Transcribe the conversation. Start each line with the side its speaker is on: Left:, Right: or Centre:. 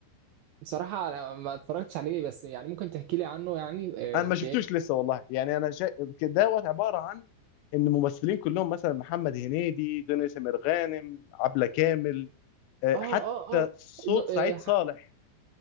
Right: بصراحه انا ما اتفرجتش عليه بس يعني ممكن تحكي لي عنه يعني إيه
Left: انا ما شفتوش لسه والله يعني انا شا... دوت عباره عن ان ممثلين كلهم مثلا محمد هنيدي دنيا سمير غانم عبله كامل آه،
Right: اه
Left: حتى
Right: اه اه
Left: صوت
Right: إنه-
Left: سعيد
Right: آه، ح-
Left: صالح